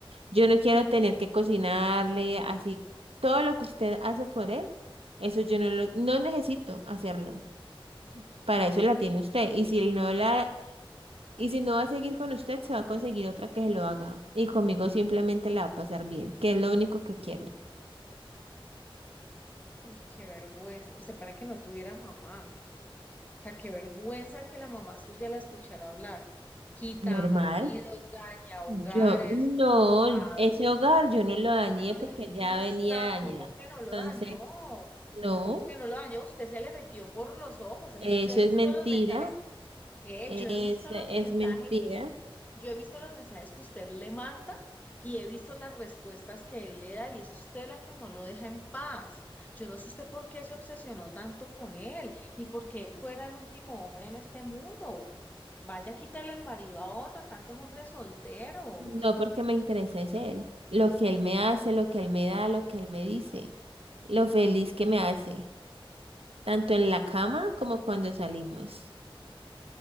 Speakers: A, on the right (about 85°); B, on the left (about 15°).
A: Yo no quiero tener que cocinarle así. Todo lo que usted hace por él, eso yo no lo, no necesito hacerlo. Para eso la tiene usted. Y si él no la, y si no va a seguir con usted, se va a conseguir otra que se lo haga. Y conmigo simplemente la va a pasar bien, que es lo único que quiero.
B: uy, qué vergüenza. Usted para que no tuviera mamá. O sea, qué vergüenza que la mamá suya la escuchara hablar. Quita
A: Normal.
B: maridos, daña hogares,
A: Yo, no,
B: tapadora,
A: ese hogar yo no lo dañé porque
B: revista.
A: ya venía dañado.
B: ¿Cómo que no lo
A: Entonces,
B: dañó?
A: no,
B: ¿Cómo que no lo dañó? Usted se le metió por los ojos. Es
A: eso
B: que yo he visto
A: es mentira.
B: los mensajes. ¿Qué?
A: Es,
B: Yo he visto
A: es
B: los mensajes
A: mentira.
B: Yo he visto los mensajes que usted le manda y he visto las respuestas que él le da y es usted la que no lo deja en paz. Yo no sé usted por qué se obsesionó tanto con él, ni por qué él fuera el último hombre en este mundo. Vaya, quítale el marido a otra, tantos hombres solteros.
A: No porque me interesa es él. Lo que él me hace, lo que él me da, lo que él me dice. Lo feliz que me hace. Tanto en la cama como cuando salimos.